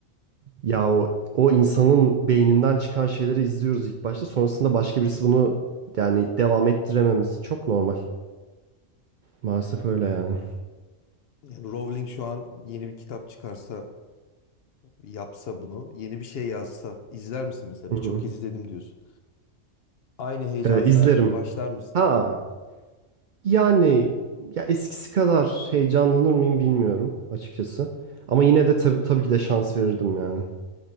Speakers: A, on the right; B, on the left.
A: Ya o o insanın beyninden çıkan şeyleri izliyoruz ilk başta. Sonrasında başka birisi bunu yani devam ettirememesi çok normal. Maalesef öyle yani.
B: Yani Rowling şu an yeni bir kitap çıkarsa, yapsa bunu, yeni bir şey yazsa izler misin mesela?
A: Hı
B: Birçok
A: hı.
B: kez izledim diyorsun. Aynı heyecanla
A: Ee, izlerim.
B: başlar mısın
A: Ha
B: yani?
A: yani ya eskisi kadar heyecanlanır mıyım bilmiyorum açıkçası. Ama yine de tab- tabii ki de şans verirdim yani.